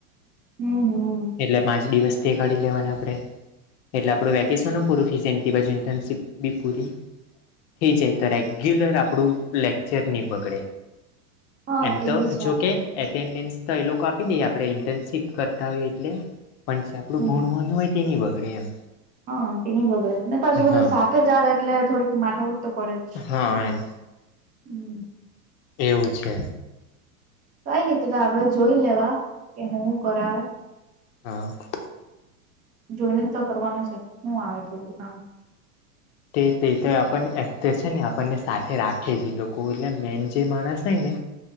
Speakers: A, on the right; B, on the left.
A: હમ્મ હમ્મ.
B: એટલે પાંચ દિવસ તે કાઢી લેવાના આપણે એટલે આપણું વેકેશનનું પૂરું ફીસ એ પછી ઇન્ટર્નશીપ બી પૂરી એ જાય તો રેગ્યુલર આપણું લેક્ચર નહીં બગડે.
A: હા
B: એમ
A: તેવી
B: તો
A: છે
B: જોકે એટેન્ડન્સ તો એ લોકો આપી દે આપણે ઇન્ટર્નશીપ કરતા હોયએ એટલે પણ જે આપણું
A: હમ
B: ભણવાનું હોય તે નઈ બગડે એમ.
A: હા તેની બગડે પાછું
B: હા
A: બધું સાથે જ આવે એટલે થોડીક માથાકુટ તો પડે જ.
B: હા એમ
A: હમ
B: એવું છે.
A: કઈ નહ તો આપડે જોઈ લેવા કે હું કરાવ
B: <inaudible>
A: જોઈને જ તો કરવાનો છે, <unintelligible> આવે એટલ બધું કામ.
B: તે તે તો આપણને એક્ટ છે, ને આપણને સાથે રાખે જ એ લોકો એટલે મેન જે માણસ હોય ને